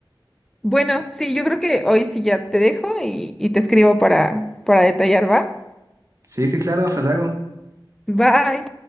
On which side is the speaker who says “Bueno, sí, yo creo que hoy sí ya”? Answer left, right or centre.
Centre